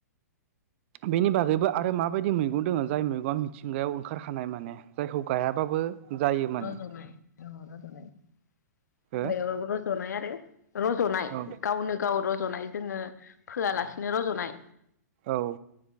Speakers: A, on the right (about 45°); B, on the left (about 80°).
A: बेनि बागैबो आरो माबायदि मैगं दङ जाय मैगंआ मिथिंगायाव ओंखारखानाय माने जायखौ गायाबाबो। जायो माने
B: रज'नाय औ रज'नाय। हाग्रायाव
A: हो
B: रज'नाय आरो रज'नाय
A: औ
B: गावनो गाव रज' रज'नाय जोङो फोआलासिनो रज'नाय।
A: औ।